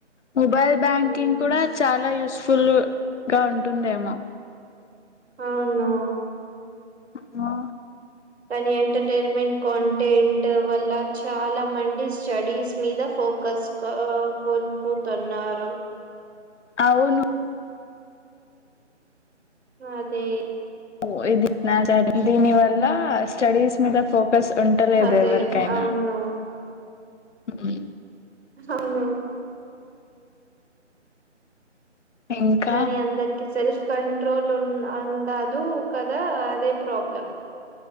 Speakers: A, on the left (about 75°); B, on the right (about 60°).
A: మొబైల్ బ్యాంకింగ్
B: ఉమ్,
A: కూడా చాలా యూస్ఫు ఫుల్ గా ఉంటుందేమో
B: అవును
A: ఆ
B: కానీ ఎంటర్టైన్మెంట్ కాంటెంట్ వల్ల చాలా మం స్టడీస్ మీద ఫోకస్ కో కోల్పోతున్నారు
A: అవును
B: అదే
A: ఓ <unintelligible> దీని వల్ల స్టడీస్ మీద ఫోకాస్ బస్ ఉంటలేదు
B: అదే
A: ఎవరికైనా
B: అవును
A: ఉం
B: అవునవును
A: ఇంకా
B: కానీ అందరికి సెల్ఫ్ కంట్రోల్ ఉ ఉండదు దా అదే ప్రాబ్లెం